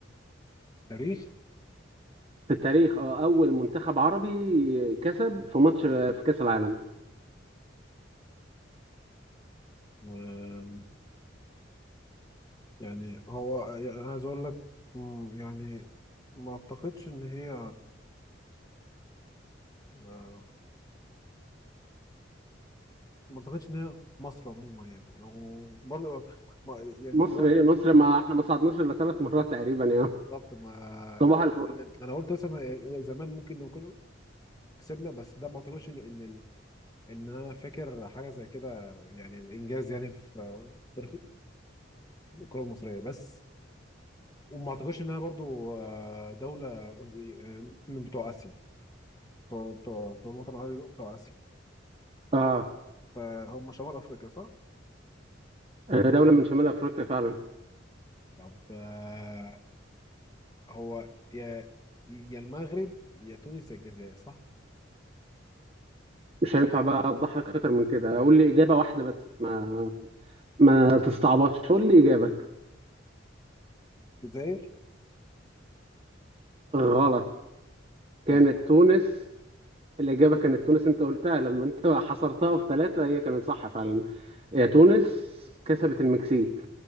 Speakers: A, on the left; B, on the right.
A: تاريخ
B: في التاريخ اه اول منتخب عربي كسب في ماتش في كاس العالم
A: آم، يعني هو يعني عايز أقول لك مم، يعني ما أعتقدش إن هي آه، ما أعتقدش إن هي مصر عموما يعني وبرضه ما- يعني
B: مصر
A: في الوقت
B: ايه مصر ما احنا ما صعدناش الا ثلاث مرات تقريبا يا
A: ما- بالظبط ما
B: صباح الفل
A: يعني أنا قلت مثلا آه، زمان ممكن نكون كسبنا بس ده ما أعتقدش إن إن ال- إن أنا فاكر حاجة زي كده يعني الإنجاز يعني في آه، تاريخ الكرة المصرية بس وما اعتقدش انها برضو آه، دولة آه، من بتوع اسيا بتوع بتوع بتوع الوطن العربي بتوع اسيا
B: اه
A: فهم شمال افريقيا صح؟
B: آه، دولة من شمال افريقيا فعلا
A: طب آه، هو يا يا المغرب يا تونس يا الجزائر صح؟
B: مش هينفع بقى اوضح لك اكتر من كده قول لي اجابة واحدة بس ما ما تستعبطش قول لي اجابة
A: الجزائر؟
B: غلط كانت
A: بتهزر
B: تونس الإجابة كانت تونس أنت قلتها لما أنت <laughs> حصرتها في ثلاثة هي كانت صح فعلا هي تونس كسبت المكسيك